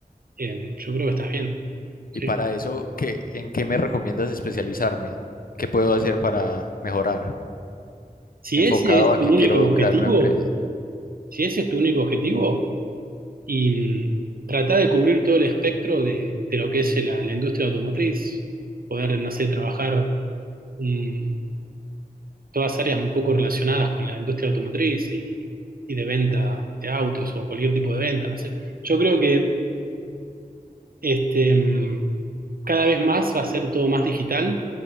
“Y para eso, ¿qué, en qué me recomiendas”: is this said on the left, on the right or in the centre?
Left